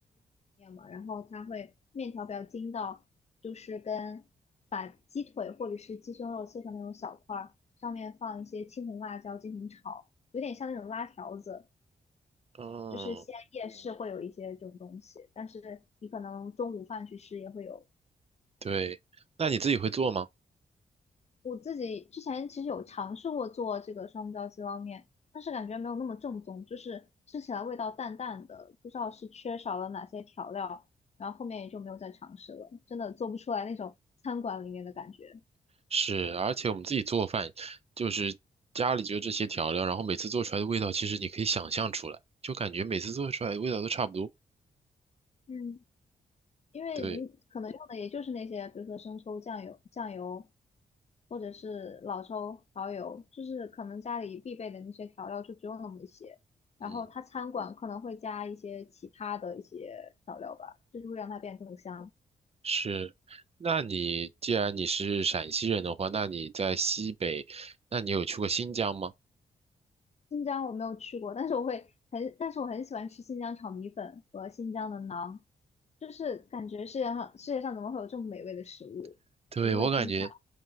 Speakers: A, on the left; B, on the right.
A: 面嘛，然后它会面条比较筋道，就是跟把鸡腿或者是鸡胸肉切成那种小块儿，上面放一些青红辣椒进行炒，有点像那种拉条子，
B: 嗯，
A: 就是西安夜市嗯会有一些这种东西，但是你可能中午饭去吃也会有
B: 对，那你自己会做吗？
A: 我自己之前其实有尝试过做这个双椒鸡捞面，但是感觉没有那么正宗，就是吃起来味道淡淡的，不知道是缺少了哪些调料，然后后面也就没有再尝试了，真的做不出来那种餐馆里面的感觉。
B: 是，而且我们自己做饭，就是家里就这些调料，然后每次做出来的味道，其实你可以想象出来，就感觉每次做出来的味道都差不多。
A: 嗯。因为你可能用的也就是那些，
B: 对，
A: 比如说生抽、酱油、酱油，或者是老抽、蚝油，就是可能家里必备的那些调料就只有那么一些。然后它餐馆可能会加一些其他的一些调料吧，
B: 嗯，
A: 就是会让它变得更香。
B: 是。那你既然你是陕西人的话，那你在西北，那你有去过新疆吗？
A: 新疆我没有去过，但是我会很，但是我很喜欢吃新疆炒米粉和新疆的馕，就是感觉世界上世界上怎么会有这么美味的食物，
B: <laughs> 对，
A: 我就会经常。
B: 我感觉，